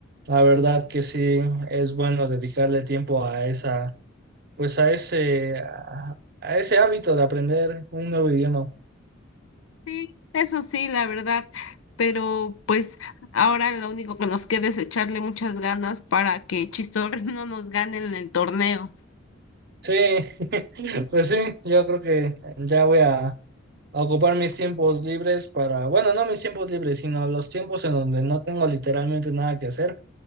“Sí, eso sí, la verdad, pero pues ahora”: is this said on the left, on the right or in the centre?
Left